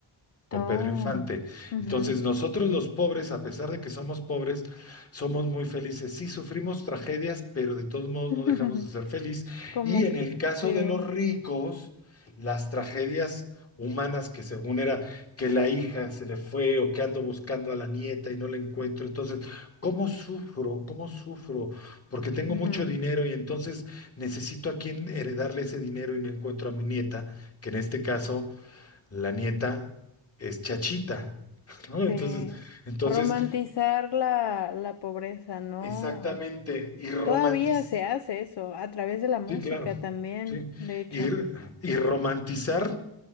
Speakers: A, on the left (about 30°); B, on the left (about 55°).
A: con
B: Oh,
A: Pedro Infante.
B: ujú.
A: Entonces, nosotros los pobres, a pesar de que somos pobres, somos muy felices. Sí, sufrimos tragedias, pero de todos modos
B: <laughs>
A: no dejamos de ser feliz.
B: Como
A: Y en
B: que
A: el caso
B: sí,
A: de los ricos, las tragedias humanas que según era que la hija se le fue o que ando buscando a la nieta y no la encuentro. Entonces, ¿cómo sufro? ¿Cómo sufro? Porque tengo
B: ujú,
A: mucho dinero y entonces necesito a quien heredarle ese dinero y no encuentro a mi nieta, que en este caso la nieta es Chachita, <laughs> ¿no? Entonces,
B: sí.
A: entonces,
B: Romantizar la, la pobreza, ¿no?
A: exactamente,
B: Eh,
A: y romantiz-
B: Todavía se hace eso, a través de la música
A: sí, claro,
B: también,
A: sí,
B: de hecho.
A: y, y romantizar